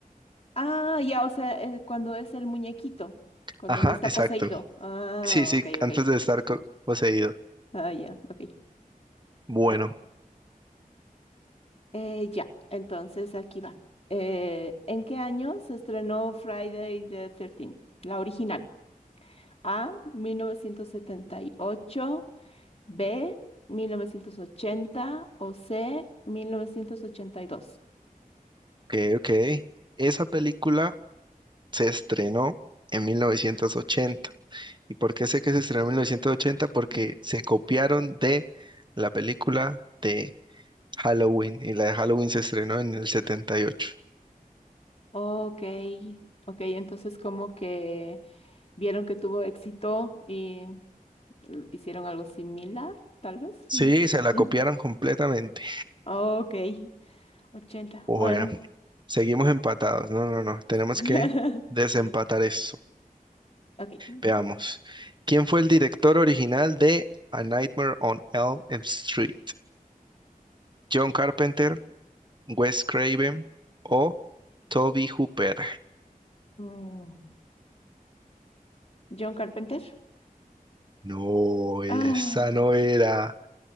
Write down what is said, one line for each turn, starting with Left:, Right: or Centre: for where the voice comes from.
Left: Ah, ya, o sea, eh, cuando es el muñequito, cuando
Right: Ajá,
Left: no está
Right: exacto.
Left: poseído. Ah,
Right: Sí, sí,
Left: ok,
Right: antes
Left: ok.
Right: de estar co- poseído.
Left: Ah, ya, ok.
Right: Bueno,
Left: Eh, ya, entonces aquí va. Eh, ¿en qué año se estrenó Friday the 13th? La original. A, 1978. B, 1980. o C, 1982.
Right: ok, ok. Esa película se estrenó en 1980. ¿Y por qué sé que se estrenó en 1980? Porque
Left: Mm.
Right: se copiaron de la película de Halloween y la de Halloween se estrenó en el 78.
Left: Ok, ok, entonces como que vieron que tuvo éxito y eh, hicieron algo similar, tal vez.
Right: Sí,
Left: Mm,
Right: se la
Left: mm.
Right: copiaron completamente.
Left: Ok, 80,
Right: Bueno,
Left: bueno.
Right: seguimos empatados. No, no, no. Tenemos
Left: <laughs>
Right: que desempatar eso.
Left: Ok. mm,
Right: Veamos. ¿Quién fue el director original de A Nightmare on Elm Street? ¿John Carpenter, Wes Craven o Toby Hooper?
Left: Mm, John Carpenter.
Right: No, esa
Left: Ah.
Right: no era.